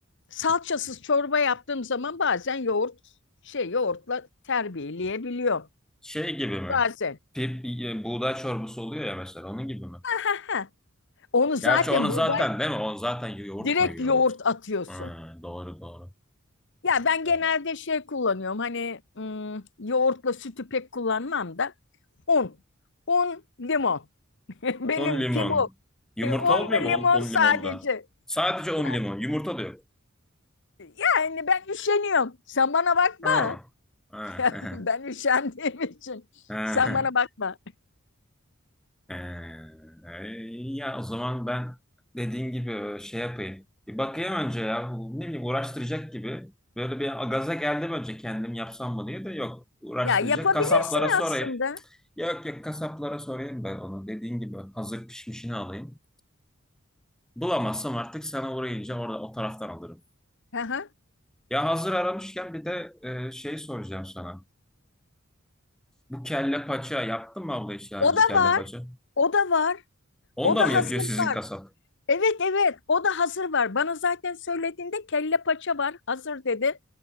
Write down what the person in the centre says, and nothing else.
Şey gibi mi?
Pip, e, buğday çorbası oluyor ya mesela onun gibi mi?
Gerçi onu
zaten değil mi? Onu zaten yoğurt
koyuyormuş.
Ha, doğru doğru.
Ha.
Un limon.
Yumurta
olmuyor
mu
un,
un limonda? Sadece un
limon. Yumurta da yok.
Ha. Ha.
<laughs>
Ee, e, ya o zaman ben dediğin gibi e, şey yapayım. Bir bakayım önce ya. Bu Ne bileyim uğraştıracak gibi. Böyle bir gaza geldim önce kendim yapsam mı diye de yok. Uğraştıracak.
Kasaplara sorayım.
Yok yok kasaplara sorayım ben onu. Dediğin gibi hazır pişmişini alayım. Bulamazsam artık sana uğrayınca orada o taraftan alırım.
Ya hazır aramışken bir de e, şey soracağım sana. Bu kelle paça yaptın mı abla hiç daha
önce
kelle
paça?
Onu
da
mı yapıyor
sizin
kasap?